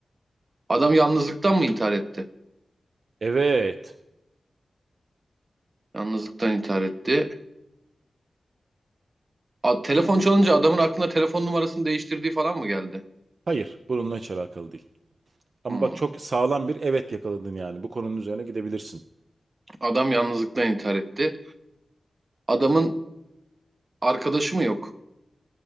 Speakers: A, on the right; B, on the right.
A: adam yalnızlıktan mı intihar etti?
B: Evet.
A: Yalnızlıktan intihar etti. A, telefon çalınca adamın aklına telefon numarasını değiştirdiği falan mı geldi?
B: Hayır, bununla hiç alakalı değil. Ama
A: Hmm.
B: bak çok sağlam bir evet yakaladın yani. Bu konunun üzerine gidebilirsin.
A: Adam yalnızlıktan intihar etti. Adamın arkadaşı mı yok?